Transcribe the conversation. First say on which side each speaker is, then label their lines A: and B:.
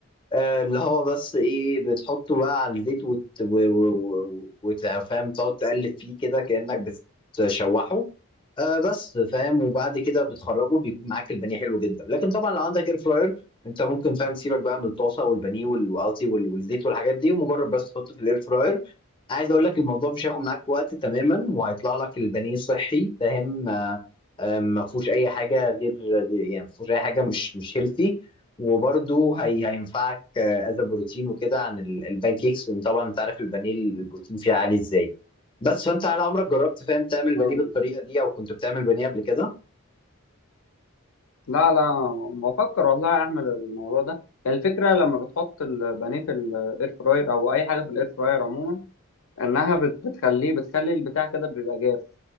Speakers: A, on the left (about 20°); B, on the left (about 65°).
A: آه، اللي هو بس ايه بتحطه بقى على الزيت وت... و... و... و... وت- فاهم تقعد تقلب فيه كده كأنك بتشوحه آه بس فاهم وبعد كده بتخرجه بيكون معاك البانيه حلو جدا لكن طبعا لو عندك اير فراير انت ممكن فاهم سيبك بقى من الطاسه والبانيه وال- وقصدي وال- والزيت والحاجات دي ومجرد بس تحطه في الاير فراير عايز اقول لك الموضوع مش هياخد معاك وقت تماما وهيطلع لك البانيه صحي فاهم آه، آه، ما فيهوش اي حاجه غير يعني ما فيهوش اي حاجه مش مش هيلثي وبرده هي هينفعك آه، از بروتين وكده عن ال- البان كيكس لان طبعا انت عارف البانيه البروتين فيه عالي ازاي بس فانت على عمرك جربت فاهم تعمل
B: آه،
A: بانيه بالطريقه دي او كنت بتعمل بانيه قبل كده
B: لا لا بفكر والله اعمل الموضوع ده الفكره لما بتحط البانيه في الاير فراير او اي حاجه في الاير فراير عموما انها بت- بتخليه بتخلي البتاع كده بيبقى جاف